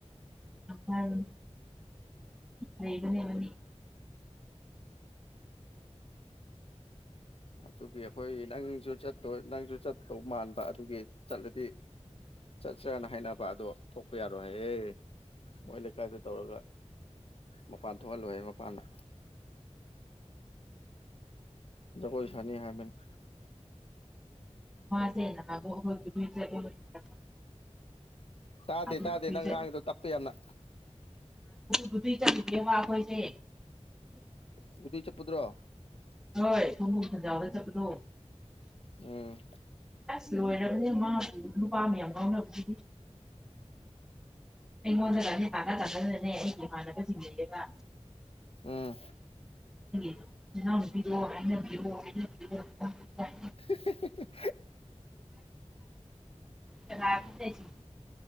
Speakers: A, in the centre; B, on the left.
A: ꯎꯝ ꯂꯩꯕꯅꯦ ꯃꯅꯦ꯫
B: ꯑꯗꯨꯒꯤ ꯑꯩꯈꯣꯢ ꯅꯪꯖꯨ ꯆꯠ ꯍꯣꯢ ꯅꯪꯖꯨ ꯆꯠꯇꯧ ꯃꯥꯟ ꯑꯗꯨꯒꯤ ꯆꯠꯂꯗꯤ ꯆꯠꯁꯤꯔ ꯍꯥꯏꯅꯕ ꯑꯗꯣ ꯊꯣꯛꯄ ꯌꯥꯔꯣꯏ ꯍꯥꯏꯌꯦ ꯃꯣꯏ ꯂꯩꯀꯥꯏꯗ ꯇꯧꯔꯒ ꯃꯄꯥꯟ ꯊꯣꯛꯍꯜꯂꯣꯏꯌꯦ ꯃꯄꯥꯅ꯫ ꯖꯒꯣꯏ ꯁꯥꯅꯤ ꯍꯥꯏꯕꯅꯤ꯫
A: <unintelligible> <unintelligible>
B: ꯇꯥꯗꯦ
A: ꯑꯗꯨ
B: ꯇꯥꯗꯦ
A: ꯒꯨꯗꯨꯏ
B: ꯅꯪꯪ
A: ꯆꯠ
B: ꯉꯥꯡꯉꯤꯗꯣ ꯇꯞꯄꯦ ꯌꯥꯝꯅ꯫
A: <unintelligible>
B: <unintelligible>
A: ꯍꯣꯢ <unintelligible> ꯆꯠꯄꯗꯣ꯫
B: ꯎꯝ꯫
A: ꯑꯁ ꯂꯣꯏꯔꯕꯅꯦ ꯃꯥꯕꯨ ꯅꯨꯄꯥ ꯃꯌꯥꯝꯅ ꯉꯥꯎꯅꯕꯗꯨ ꯑꯩꯉꯣꯟꯗ ꯀꯥꯁꯦ ꯇꯥꯟꯅ ꯇꯥꯟꯅꯗꯅꯅꯦ ꯑꯩꯒꯤ ꯏꯃꯥꯟꯅꯕꯁꯤꯡ ꯂꯩꯌꯦꯕ
B: ꯎꯝ
A: <unintelligible> ꯅꯅꯥꯎꯅꯨꯄꯤꯗꯣ ꯍꯥꯏꯅꯕꯤꯔꯣ ꯍꯥꯏꯅꯕꯤꯔꯣ <unintelligible>
B: <unintelligible>
A: ꯀꯅꯥ <unintelligible>